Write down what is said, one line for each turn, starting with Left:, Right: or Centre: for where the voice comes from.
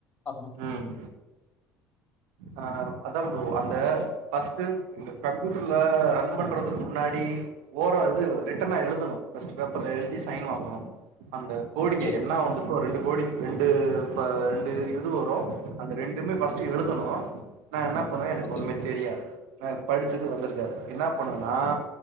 Left: ஆமா
Right: ம் ஆ அதான் ஃப்ரோ அந்த பஸ்ட் இந்த கம்யூட்டர்ல ரன் பண்றதுக்கு முன்னாடி ஓர இது ரிட்டனா எழுதணும் பஸ்ட் பேப்பர்ல எழுதி சைன் வாங்கணும் அந்த கோடிங்க
Left: செரி
Right: என்ன வந்துட்டோ ரெண்டு கோடி ரெண்டு ரெண்டு இது து வரும் அந்த ரெண்டுமே பஸ்ட்டு எழுதணும் நான் என்ன பண்ணுவேன் எனக்கு
Left: ஓகே
Right: ஒண்ணுமே தெரியாது நா படிச்சது வந்திருக்காது என்ன பண்ணுவனா